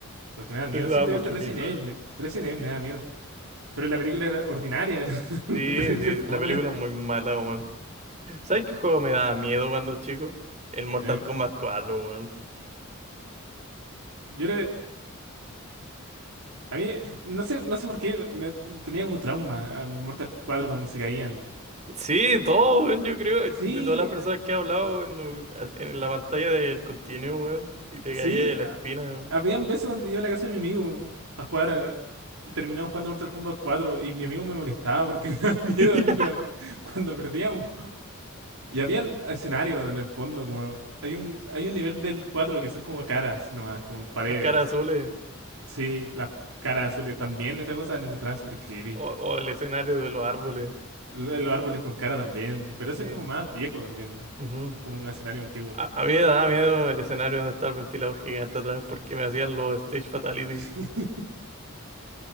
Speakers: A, on the right (about 85°); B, on the right (about 35°).
A: porque me da miedo.
B: Les daba
A: Simplemente
B: mucho
A: Resident
B: miedo.
A: Evil me, Resident Evil me da miedo. Pero la película era ordinaria, <laughs>
B: Sí,
A: terrible
B: sí,
A: fome.
B: la película es muy mala, weón. ¿Sabes qué juego me daba miedo cuando chico? El Mortal
A: eh.
B: Kombat cuatro, weón.
A: Yo le, a mí, no sé, no sé por qué, me, tenía como trauma al Mortal 4 cuando se caían.
B: Sí, todo, weón, yo creo, de
A: Sí,
B: todas las personas que he hablado weón, no, en, la pantalla del continuo, weón, y te
A: sí,
B: caía de la espina, weón.
A: Habían veces donde iba a la casa de mi amigo a jugar y terminamos jugando Mortal Kombat cuatro y mi amigo me molestaba porque <laughs> me daba
B: <laughs>
A: miedo la- cuando perdíamos. Y habían escenarios en el fondo, como hay un, hay un nivel del 4 que son como caras nomás, como paredes.
B: Las caras azules,
A: Sí, las caras azules también, esa cosa la encontraba súper creepy.
B: o, o el escenario de los árboles,
A: Lo- Los árboles con cara también, pero eso
B: sí.
A: es como más viejo también,
B: Ujú.
A: como un escenario antiguo.
B: A, a mí me daba miedo el escenario donde está el ventilador gigante atrás porque me hacían los stage fatality.
A: <laughs>